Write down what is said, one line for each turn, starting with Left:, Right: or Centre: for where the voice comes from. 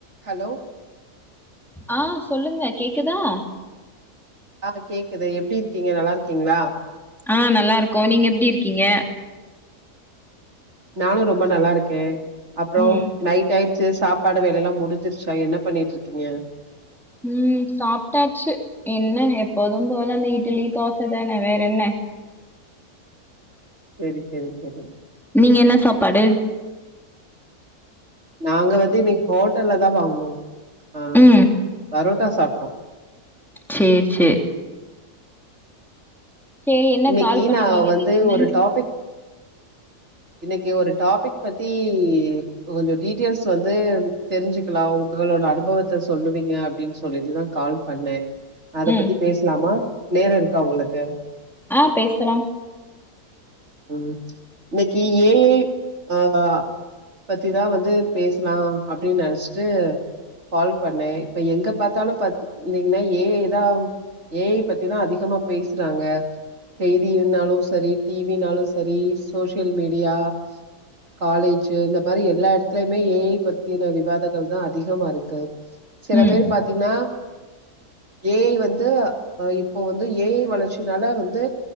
Right: Hello
Centre: ஆ சொல்லுங்க கேக்குதா
Right: ஆ கேக்குது எப்டி இருக்கீங்க நல்லா இருக்கீங்களா
Centre: ஆ நல்லா இருக்கோ நீங்க எப்டி இருக்கீங்க
Right: நானு ரொம்ப நல்லா இருக்கே அப்றோ
Centre: ம்
Right: நைட் ஆயி சேர் சாப்பாடு வேலைலா முடிஞ்சிருச்சா என்ன பண்ணீட்ருக்கீங்க
Centre: ம் சாப்ட்டாச்சு என்ன எப்போதும் போல அந்த இட்லி தோச தான வேற என்ன
Right: செரி செரி செரி
Centre: நீங்க என்ன சாப்பாடு
Right: நாங்க வந்து இன்னிக் ஹோட்டல்ல தா வாங்குனோம் ஆ
Centre: ம்
Right: பரோட்டா சாப்ட்டோ
Centre: சேர் சேர் சேரி என்ன
Right: இன்னிக்கி
Centre: கால் பண்ணிருக்கீங்க
Right: நா வந்து
Centre: திடீர்னு
Right: ஒரு டாபிக் இன்னிக்கு ஒரு டாபிக் பத்தி கொஞ்சோ டீட்டெயில்ஸ் வந்து தெரிஞ்சிக்கலா உங்களோட அனுபவத்த சொல்லுவீங்க அப்டின் சொல்லிட்டுதா கால் பண்ணே அத
Centre: ம்
Right: பத்தி பேசலாமா நேரோ இருக்கா உங்களுக்கு
Centre: ஆ பேசலாம்
Right: ம் இன்னைக்கு ஏ ஐ ஆமா பத்திதா வந்து பேசலா அப்டின்னு நெனச்சிட்டு கால் பண்ணே இப்ப எங்க பாத்தாலு பாத்தீங்ன்னா ஏ ஐ தா ஏ ஐ பத்திதா அதிகமா பேசுறாங்க செய்தியினாலு சரி டிவினாலு சரி சோசியல் மீடியா காலேஜு இந்த மாரி எல்லா எட்த்துலயுமே ஏஐ பத்தின விவாதங்கள் தா அதிகமா இருக்கு சில
Centre: ம்
Right: பேர் பாத்தீங்னா ஏஐ வந்து இப்போ வந்து ஏஐ வளர்ச்சி அதனால வந்து